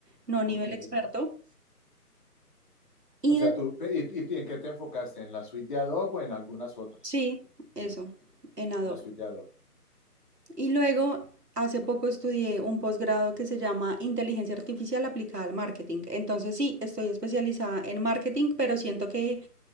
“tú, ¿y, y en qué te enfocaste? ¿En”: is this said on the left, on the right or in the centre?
Left